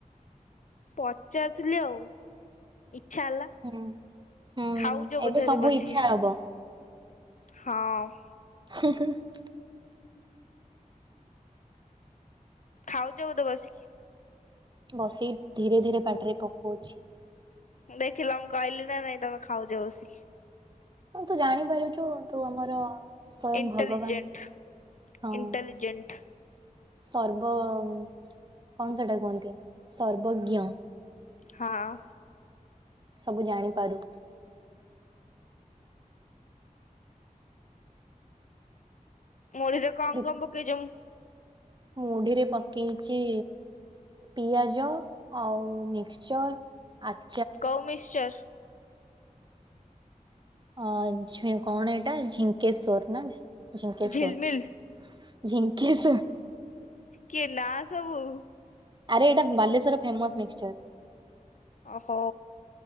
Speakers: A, on the left (about 65°); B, on the right (about 35°).
A: ପଚାରୁଥିଲି ଆଉ, ଇଚ୍ଛା ହେଲା।
B: ହୁଁ ହୁଁ
A: ଖାଉଛ ବୋଧେ
B: ସବୁ
A: ଏବେ ବସିକି?
B: ଇଚ୍ଛା ହବ
A: ହଁ ପ
B: ହଁ <unintelligible>
A: ଖାଉଛ ବୋଧେ ତ ବସିକି?
B: ବସି ଧୀରେ ଧୀରେ ପାଟିରେ ପକୋଉଛି।
A: ଦେଖିଲ, ମୁଁ କହିଲି ନା ନାଇଁ ତମେ ଖାଉଛ ବସିକି।
B: ହ ତୁ ଜାଣିପାରୁଛୁ ତୁ ଆମର ସ୍ବୟଂ
A: ଇଣ୍ଟେଲିଜେଣ୍ଟ
B: ଭଗବାନ ହଁ।
A: ଇଣ୍ଟେଲିଜେଣ୍ଟ
B: ସର୍ବ, କଣ ସେଟା କୁହନ୍ତି ସର୍ବଜ୍ଞ।
A: ହଁ
B: ସବୁ ଜାଣିପାରୁ।
A: ମୁଢିରେ କଣ,
B: ବି-
A: କଣ ପକେଇ ଚମ?
B: ମୁଢିରେ ପକେଇଛି ପିଆଜ ଆଉ ମିକ୍ସଚର ଆଚ
A: କଉ ମିିଶ୍ଚର?
B: ଅ ଝିକ କଣ ଏଇଟା ଝିଙ୍କେଶ୍ଵର ନା ଝିଙ୍କେଶ୍ଵର
A: ଝିଲମିଲ
B: ଝିଙ୍କେଶ୍ଵର।
A: କିଏ ନା ସବୁ।
B: ଆରେ ଏଇଟା ବାଲେଶ୍ଵର ଫେମସ ମିଶ୍ଚର।
A: ଓହୋ